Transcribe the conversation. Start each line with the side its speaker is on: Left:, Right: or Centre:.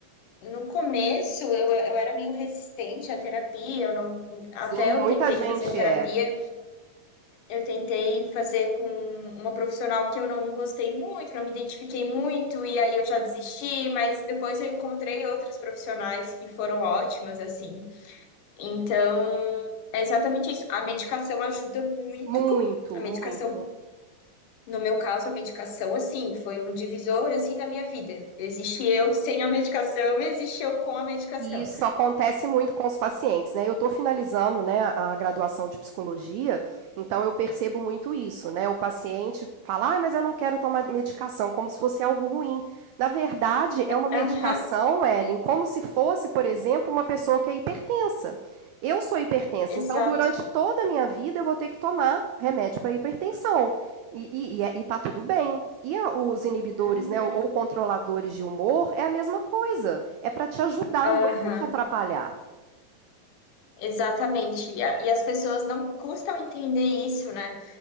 Left: no começo eu, eu era meio resistente à terapia, eu não, até
Right: Sim,
Left: eu
Right: muita
Left: tentei
Right: gente
Left: fazer terapia,
Right: é.
Left: eu tentei fazer com uma profissional que eu não gostei muito, não me identifiquei muito, e aí eu já desisti, mas depois eu encontrei outras profissionais que foram ótimas, assim. Então, é exatamente isso. A medicação ajuda muito.
Right: Muito,
Left: A
Right: muito.
Left: medicação no meu caso, a medicação, assim, foi um divisor, assim, da minha vida. Existe eu sem a medicação, existe eu com a medicação.
Right: E isso acontece muito com os pacientes, né? Eu estou finalizando, né, a graduação de psicologia, então eu percebo muito isso, né? O paciente fala, ah, mas eu não quero tomar medicação, como se fosse algo ruim. Na verdade, é uma medicação,
Left: Aham,
Right: Ellen, como se fosse, por exemplo, uma pessoa que é hipertensa. Eu sou hipertensa,
Left: exato.
Right: então durante toda a minha vida eu vou ter que tomar remédio para hipertensão. E, e, e- tá tudo bem. E a- os inibidores,
Left: Uhum,
Right: né, ou ou controladores de humor, é a mesma coisa. É pra te ajudar,
Left: aham,
Right: não é pra te atrapalhar.
Left: exatamente. E, a- e as pessoas não custam entender isso, né?